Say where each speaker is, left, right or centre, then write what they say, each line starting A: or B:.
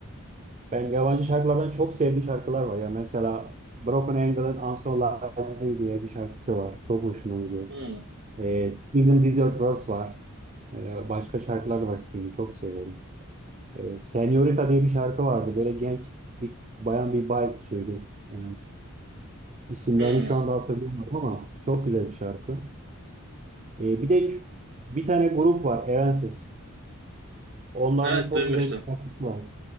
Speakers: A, on the right; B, on the right.
A: Ben yabancı şarkılardan çok sevdiğim şarkılar var ya. Mesela Broken Angel'ın I'm So Lonely diye bir şarkısı var. Çok hoşuma gidiyor.
B: Hmm,
A: E, Steven Desert Verse var. E, başka şarkılar da var Steve'i çok seviyorum. E, Senorita diye bir şarkı vardı. Böyle genç bir bayan bir bay söylüyor. E, isimlerini
B: hmm.
A: şu anda hatırlamıyorum ama çok güzel bir şarkı. E, bir de ç- bir tane grup var Evanescence. Onların
B: Evet
A: da çok
B: duymuştum.
A: güzel bir şarkısı var.